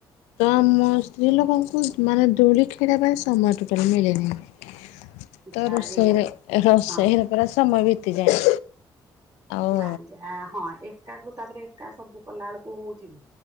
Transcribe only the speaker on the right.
ଆଚ୍ଛା
ଏଇ
ହଁ
କାଆଁ ଯା ହଁ ଏକାକୁ ତା ପରେ ଏକା ସବୁ କଲାବେଳକୁ କୋଉ ହଉଚି କି